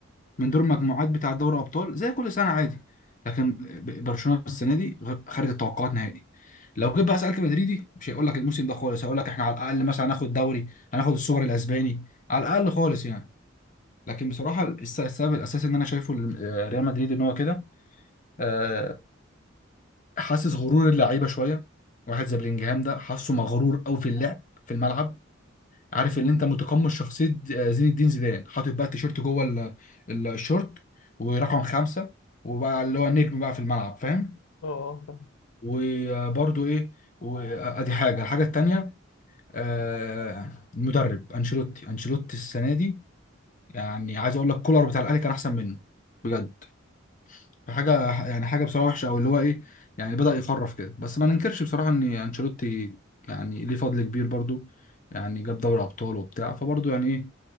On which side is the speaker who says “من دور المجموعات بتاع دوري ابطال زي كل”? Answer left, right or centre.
Left